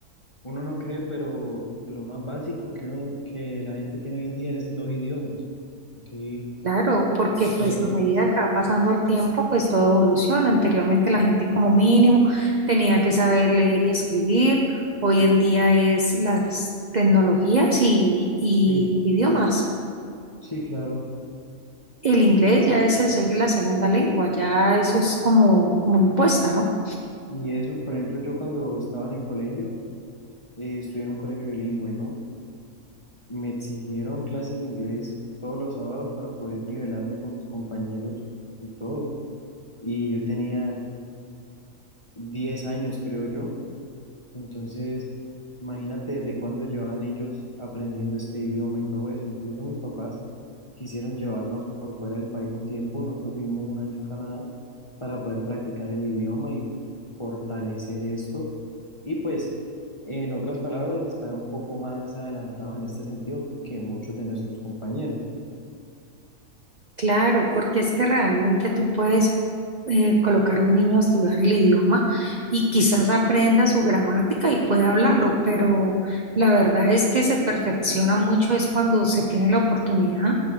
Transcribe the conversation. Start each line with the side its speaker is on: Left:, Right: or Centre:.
Left: Uno no cree, pero lo más básico que uno, que la gente tiene hoy en día es dos idiomas. Aquí,
Right: Claro, porque
Left: por
Right: pues
Left: ejemplo,
Right: a medida que va pasando el tiempo, pues todo evoluciona. Anteriormente la gente como mínimo tenía que saber leer y escribir. Hoy en día es las tecnologías y, y
Left: sí,
Right: los idiomas.
Left: sí, claro.
Right: El inglés ya es el se- la segunda lengua, ya eso es como, como impuesta, ¿no?
Left: Y eso, por ejemplo, yo cuando estaba en el colegio, eh, estudié en un colegio bilingüe, ¿no? Me exigieron clases de inglés todos los sábados para poder nivelarme con mis compañeros y todo. Y yo tenía 10 años, creo yo. Entonces, imagínate desde cuándo llevaban ellos aprendiendo este idioma y todo eso. Incluso mis papás quisieron llevarnos por fuera del país un tiempo. Nosotros vivimos un año en Canadá para poder practicar el idioma y fortalecer esto. Y pues, en otras palabras, estar un poco más adelantados en este sentido que muchos de nuestros compañeros.
Right: Claro, porque es que realmente tú puedes eh, colocar a un niño a estudiar el idioma y quizás aprenda su gramática y pueda hablarlo, pero la verdad es que se perfecciona mucho es cuando se tiene la oportunidad